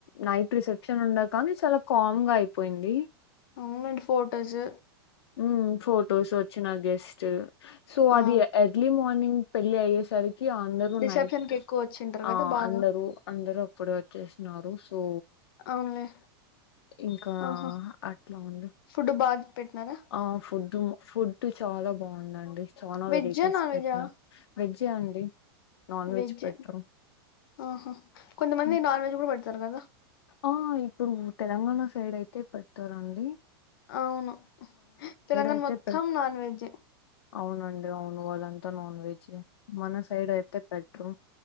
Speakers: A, on the left; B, on the left.
A: నైట్ రిసెప్షన్ ఉండ కానీ చాలా కామ్ గా అయిపోయింది
B: అవునండి ఫోటోసు
A: ఉమ్ ఫొటోస్ వచ్చిన గెస్ట్ సో అది
B: ఆ
A: ఎర్లీ మార్నింగ్ పెళ్ళయ్యే సారి కి అందరూ
B: రిసెప్షన్
A: నైట్
B: కి ఎక్కువ వచ్చింటారు
A: ఆ
B: కదా బాగా
A: అందరూ అందరూ అప్పుడే వచ్చేసిన్నారు సో
B: అవునులే
A: ఇంకా
B: ఆహా
A: అట్లా ఉంది
B: ఫుడ్ బాగా పెట్టినారా
A: ఆ ఫుడ్ ఫుడ్ చాలా బాగుందండి చాలా
B: వెజ్జా
A: వెరైటీస్
B: నాన్
A: పెట్టిన
B: వెజ్జా
A: వెజ్ ఎ అండి నాన్
B: వెజ్
A: పెట్టరు
B: ఆహా కొంతమంది
A: ఉమ్.
B: నాన్ వెజ్ కూడా పెడతారు కదా
A: ఆ ఇప్పుడు తెలంగాణ సైడ్ అయితే పెట్టరండి
B: అవును తెలంగాణ
A: అయితే
B: మొత్తం
A: పె
B: నాన్ వెజ్జ్ ఏ
A: అవునండి అవును వాళ్ళంతా నాన్ వెజ్ మన సైడ్ అయితే పెట్రూ